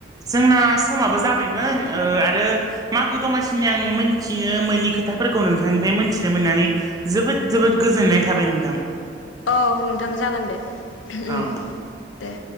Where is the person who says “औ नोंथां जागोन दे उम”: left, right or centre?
Left